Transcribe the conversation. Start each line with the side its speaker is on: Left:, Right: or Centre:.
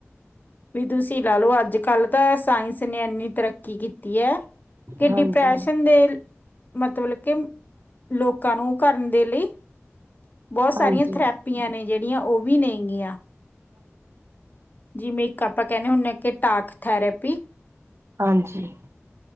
Left: ਵੀ ਤੁਸੀਂ ਲਾ ਲੋ। ਅੱਜ ਕੱਲ ਤਾਂ ਸਾਇੰਸ ਨੇ ਇੰਨੀ ਤਰੱਕੀ ਕੀਤੀ। ਤੀ ਐ। ਤੇ
Right: ਹਾਂਜੀ,
Left: ਡਿਪ੍ਰੈਸ਼ਨ ਦੇ ਮਤਲਬ ਕਿ, ਲੋਕਾਂ ਨੂੰ ਕਰਨ ਦੇ ਲਈ ਬਹੁਤ ਸਾਰੀਆਂ
Right: ਹਾਂਜੀ,
Left: ਥਰੈਪੀਆਂ ਨੇ ਜਿਹੜੀਆਂ। ਉਹ ਵੀ ਨੇਗੀਆਂ। ਜਿਵੇਂ ਇੱਕ ਆਪਾਂ ਕਹਿੰਦੇ ਹੁੰਦੇ। ਕਿ ਟਾਕ ਥੈਰੇਪੀ
Right: ਹਾਂਜੀ।